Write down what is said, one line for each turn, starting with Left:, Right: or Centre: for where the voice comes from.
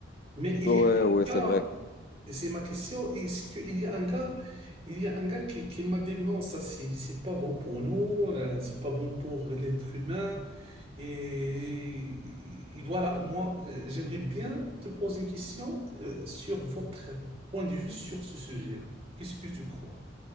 Right: Mais il
Left: Ouais,
Right: y
Left: ouais, c'est
Right: a
Left: vrai.
Right: et C'est ma question. Et c'est qu'il y a un gars, il y a un gars qui, qui m'a dit non, ça c'est c'est pas bon pour nous, euh, c'est pas bon pour l'être humain. Et, et voilà, moi, euh, j'aimerais bien te poser une question euh, sur votre point de vue sur ce sujet-là. Qu'est-ce que tu crois?